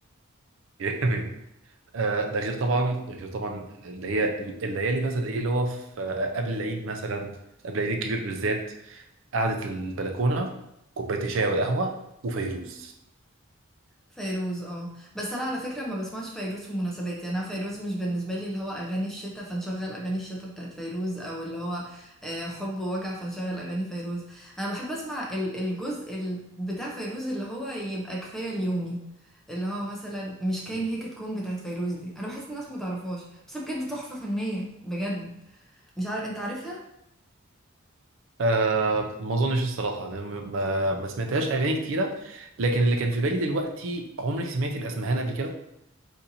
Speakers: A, on the right (about 65°); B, in the centre.
A: <laughs> آه، ده غير طبعا غير طبعا اللي هي الليالي مثلا ايه اللي هو في آه، قبل العيد مثلا قبل العيد الكبير بالذات قعدة البلكونة كوباية الشاي والقهوة وفيروز
B: فيروز اه بس انا على فكره ما بسمعش فيروز في مناسبات يعني انا فيروز مش بالنسبه لي اللي هو اغاني الشتاء فنشغل اغاني الشتاء بتاعت فيروز او اللي هو آه، حب ووجع فنشغل اغاني فيروز انا بحب اسمع ال- الجزء ال- بتاع فيروز اللي هو يبقى كفايه اليومي اللي هو مثلا مش كاين
A: مم.
B: هيك تكون بتاعت فيروز دي انا بحس الناس ما تعرفهاش بس بجد تحفه فنيه بجد مش عارف انت عارفها
A: آه ما اظنش الصراحة أنا م- ما ما سمعتهاش اغاني كتيرة لكن اللي كان في بالي دلوقتي عمرك سمعتي الاسمهان قبل كده